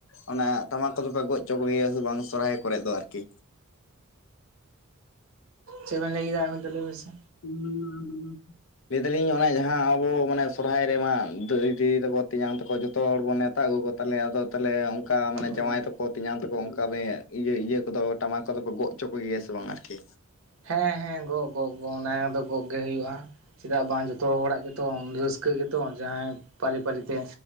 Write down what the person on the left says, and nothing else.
ᱚᱱᱟ ᱴᱟᱢᱟᱠ ᱠᱚᱫᱚ ᱯᱮ ᱜᱚᱡ ᱦᱚᱪᱚ ᱠᱚᱜᱮᱭᱟ ᱥᱮ ᱵᱟᱝ ᱥᱚᱨᱦᱟᱭ ᱠᱚᱨᱮ ᱫᱚ ᱟᱨᱠᱤ?
<unintelligible> ᱞᱮᱭ ᱫᱟᱞᱤᱧ ᱚᱱᱮ ᱡᱟᱦᱟᱸ ᱟᱵᱚ ᱢᱟᱱᱮ ᱥᱚᱨᱦᱟᱭ ᱨᱮᱢᱟ ᱫᱟᱹᱭ ᱫᱤᱫᱤ ᱛᱟᱠᱚ ᱛᱮᱧᱟᱝ ᱛᱟᱠᱚ ᱡᱷᱚᱛᱚ ᱦᱚᱲ ᱵᱚᱱ ᱱᱮᱣ ᱛᱟᱣ ᱟᱹᱜᱩ ᱠᱚ ᱛᱟᱞᱮ ᱟᱫᱚ ᱛᱟᱦᱚᱞᱮ ᱚᱱᱠᱟ ᱢᱟᱱᱮ
ᱡᱟᱶᱟᱭ
ᱛᱟᱠᱚ ᱛᱮᱧᱟᱝ ᱛᱟᱠᱚ ᱚᱱᱠᱟ ᱤᱭᱟᱹ ᱤᱭᱟᱹ ᱠᱚᱫᱚ ᱴᱟᱢᱟᱠ ᱠᱚᱫᱚ ᱠᱚ ᱜᱚᱜ ᱦᱚᱪᱚ ᱠᱚᱜᱮᱭᱟ ᱥᱮ ᱵᱟᱝ ᱟᱨᱠᱤ?